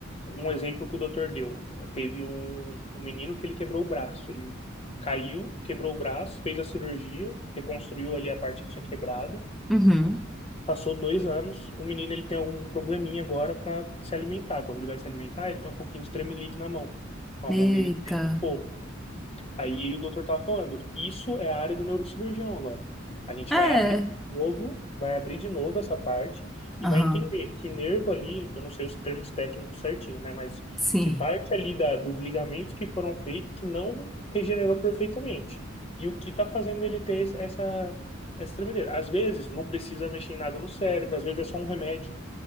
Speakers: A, on the left; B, in the centre.
A: Um exemplo que o doutor deu, teve um, um menino que ele quebrou o braço, ele caiu, quebrou o braço, fez a cirurgia, reconstruiu ali a parte que tinha quebrado,
B: Uhum.
A: passou dois anos, o menino ele tem algum probleminha agora para se alimentar, quando ele vai se alimentar ele tem um pouquinho de tremelique na mão, então a mão
B: Eita.
A: dele fica um pouco. Aí o doutor tava falando, isso é a área do neurocirurgião agora. A gente
B: É.
A: vai abrir de novo, vai abrir de novo essa parte e
B: Aham.
A: vai entender que nervo ali, eu não sei os termos técnicos certinho, né? Mas
B: Sim.
A: que parte ali da, dos ligamentos que foram feitos que não regenerou perfeitamente. E o que está fazendo ele ter esse- essa, essa tremedeira. Às vezes não precisa mexer em nada no cérebro, às vezes é só um remédio.